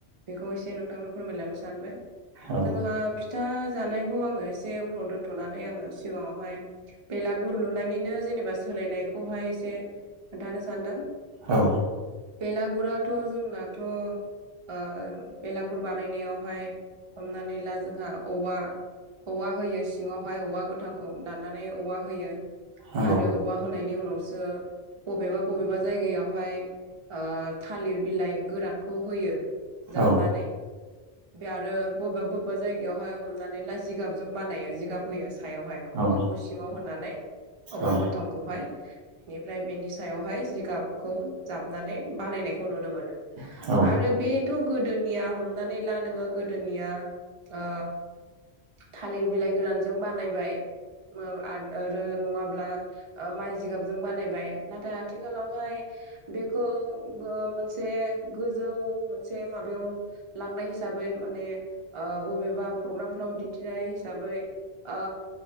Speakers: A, on the right; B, on the right.
A: बेखौ एसे नोंथांनो फोरमायलांनो सानबाय।
B: औ
A: जोंहा फिथा जानायखौ आङो एसे उनाव दोन्थ'नानै आङो सिगाङावहाय बेलागुर लुनायनिनो जेनेबा सोलायनायखौहाय एसे खोन्थानो सानदों।
B: औ।
A: बेलागुराथ' जोंनाथ' ओ बेलागुर बानायनायावहाय हमनानै ला जोंहा औवा औवा होयो सिङावहाय औवा गोथांखौ दाननानै औवा होयो।
B: नंगौ
A: आरो औवा होनायनि उनावसो बबेबा बबेबा जायगायावहाय ओ थालिर बिलाइ गोरानखौ होयो जाबनानै।
B: औ
A: बे आरो बबेबा बबेबा जायगायावहाय हमनानै ला जिगाबजों बानायो जिगाब होयो सायावहाय औवाखौ
B: औ
A: सिङाव होनानै औवा
B: औ
A: गोथां खौहाय बेनिफ्राय बेनि सायावहाय जिगाबखौ जाबनानै बानायनायखौ नुनो मोनो।
B: औ औ
A: आरो बेथ' गोदोनिया हमनानै ला नोङो गोदोनिया ओ थालिर बिलाइ गोरानजों बानायबाय आ-आरो नङाब्ला ओ माइ जिगाबजों बानायबाय नाथाय आथिखालावहाय बेखौ ओ मोनसे गोजौ मोनसे माबायाव लांनाय हिसाबै माने ओ बबेबा प्रग्रामफ्राव दिन्थिनाय हिसाबै ओ